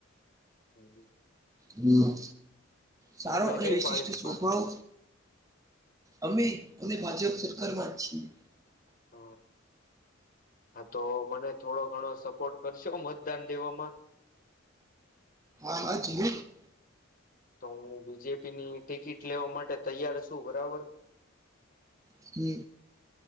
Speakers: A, on the left; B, on the right.
A: <inaudible>
B: હમ સારો
A: તમે
B: અને
A: કઈ
B: વિશિષ્ટ
A: પાર્ટીમાં
B: સ્વભાવ અમે અમે ભાજપ સરકાર માં જ છીએ
A: હ હા તો મને થોડો ઘણો સપોર્ટ કરશો મતદાન દેવામાં
B: <unintelligible>
A: તો હું બીજેપી ની ટિકિટ લેવા માટે તૈયાર છું બરાબર
B: કે